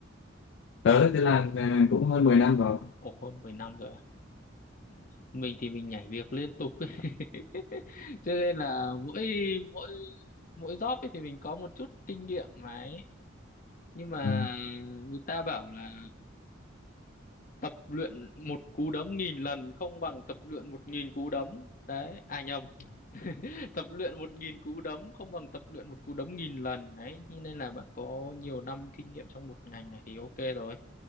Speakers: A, on the left (about 65°); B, on the left (about 45°).
A: tớ thì làm ờ, cũng hơn 10 năm rồi
B: ồ hơn 10 năm rồi à? mình thì mình nhảy việc liên tục ấy. <laughs> cho nên là mỗi mỗi mỗi job ấy thì mình có một chút kinh nghiệm mà ấy nhưng mà
A: ừ.
B: người ta bảo là tập luyện một cú đấm nghìn lần không bằng tập luyện một nghìn cú đấm đấy à nhầm <laughs> tập luyện một nghìn cú đấm không bằng tập luyện một cú đấm nghìn lần đấy thế nên là bạn có nhiều năm kinh nghiệm trong một ngành này thì ok rồi